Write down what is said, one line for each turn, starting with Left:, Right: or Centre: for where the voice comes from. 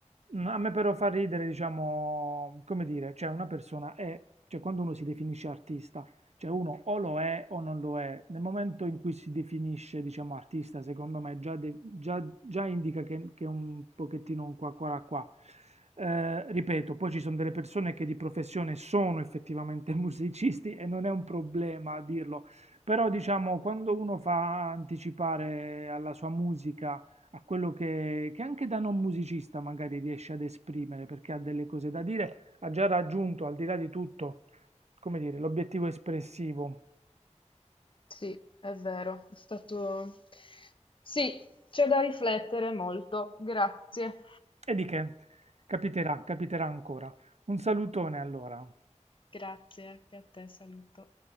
Right: Mm, A me però fa ridere, diciamo, come dire, cioè una persona è, cioè quando uno si definisce artista, cioè uno o lo è o non lo è. Nel momento in cui si definisce, diciamo, artista, secondo me già, de- già- già indica che, che è un pochettino un qua qua là, qua. Eh, ripeto, poi ci sono delle persone che di professione sono effettivamente <laughs> musicisti e non è un problema dirlo, però diciamo quando uno fa anticipare alla sua musica a quello che, che anche da non musicista magari riesce ad esprimere perché ha delle cose da dire, ha già raggiunto al di là di tutto come dire, l'obiettivo espressivo.
Left: Sì, è vero, è stato... Sì, c'è da riflettere molto. Grazie.
Right: E di che? Capiterà, capiterà ancora. Un salutone allora.
Left: Grazie, anche a te, saluto.